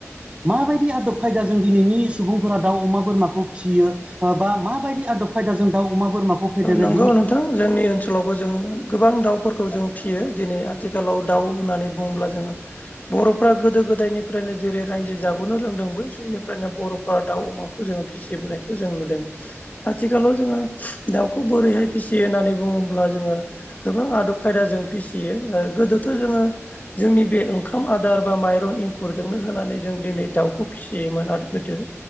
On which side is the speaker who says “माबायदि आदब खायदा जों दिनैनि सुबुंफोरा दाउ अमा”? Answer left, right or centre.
Right